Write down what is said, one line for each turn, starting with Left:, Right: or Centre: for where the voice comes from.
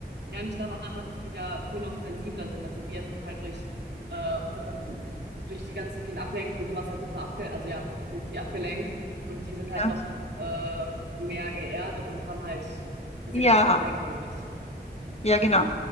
Right: Ja, und ich glaube auch einfach, dass die dafür noch sensibler sind. Also wir sind halt durch äh, unseren, durch die ganzen vielen Ablenkungen sowas halt super abge, also ja, obviously abgelenkt. Und die sind halt
Left: Ja.
Right: noch äh, mehr geerdet und haben halt diese
Left: Ja.
Right: ganzen Ablenkungen nicht.
Left: Ja, genau.